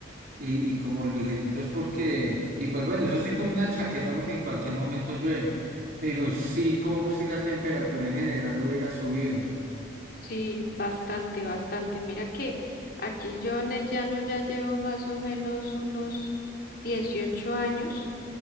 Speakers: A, on the right; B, on the left.
A: y, y como ligeritos porque, y pues bueno, eso sí con una chaqueta porque en cualquier momento llueve, pero sí como si la temperatura en general hubiera subido.
B: Sí, bastante, bastante. Mira que aquí yo en el llano ya llevo más o menos unos 18 años